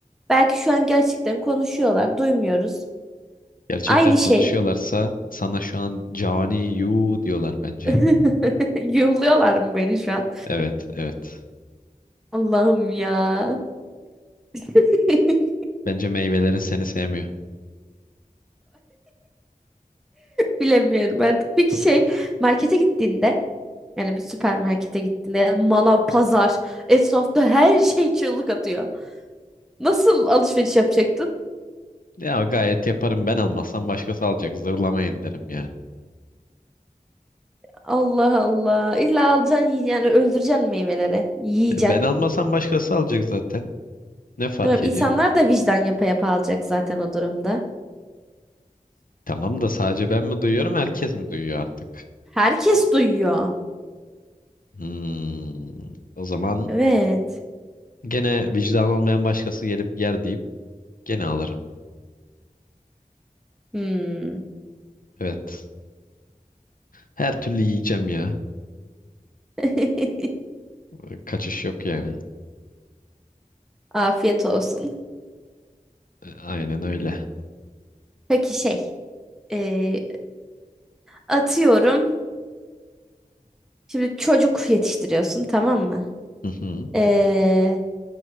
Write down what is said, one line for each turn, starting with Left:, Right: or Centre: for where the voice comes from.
Centre: Belki şu an gerçekten konuşuyorlar, duymuyoruz.
Left: Gerçekten
Centre: Aynı
Left: konuşuyorlarsa
Centre: şey.
Left: sana şu an cani yu diyorlar bence.
Centre: <laughs> Yuhluyorlar mı beni şu an?
Left: Evet, evet.
Centre: Allah'ım ya. <laughs>
Left: Bence meyvelerin seni sevmiyor.
Centre: Bilemiyorum artık. Peki şey markete gittiğinde yani bir süpermarkete gittiğinde manav, pazar, esnafta her şey çığlık atıyor. Nasıl alışveriş yapacaktın?
Left: Ya gayet yaparım ben almasam başkası alacak. Zırlamayın derim yani.
Centre: Allah Allah. İlla alacaksın yi- yani öldüreceksin meyveleri. Yiyeceksin.
Left: E, Ben almasam başkası alacak zaten. Ne fark
Centre: Tamam, insanlar
Left: ediyor?
Centre: da vicdan yapa yapa alacak zaten o durumda.
Left: Tamam da sadece ben mi duyuyorum, herkes mi duyuyor artık?
Centre: Herkes duyuyor.
Left: Hmm, o zaman
Centre: Evet.
Left: gene vicdan olmayan başkası gelip yer deyip gene alırım.
Centre: Hmm.
Left: Evet. Her türlü yiyeceğim ya.
Centre: <laughs>
Left: E, Kaçış yok yani.
Centre: Afiyet olsun.
Left: E, Aynen öyle.
Centre: Peki şey. e, atıyorum. Şimdi çocuk yetiştiriyorsun tamam mı?
Left: <laughs>
Centre: E,